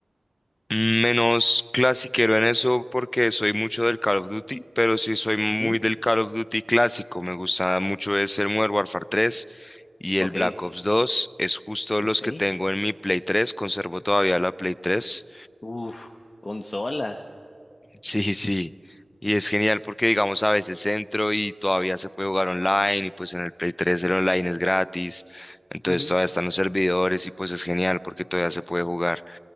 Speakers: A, on the left (about 40°); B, on the left (about 60°).
A: Menos clasiquero en eso porque soy mucho del Call of Duty, pero sí soy muy
B: Ujú,
A: del Call of Duty clásico. Me gusta mucho es el Modern Warfare tres y
B: Ok,
A: el Black Ops dos Es justo
B: ok.
A: los que tengo en mi Play tres Conservo todavía la Play tres
B: Uf, consola.
A: <laughs> Sí, sí. Y es genial porque, digamos, a veces entro y todavía se puede jugar online y pues en el Play tres el online es gratis. Entonces
B: Ujú,
A: todavía están los servidores y pues es genial porque todavía se puede jugar.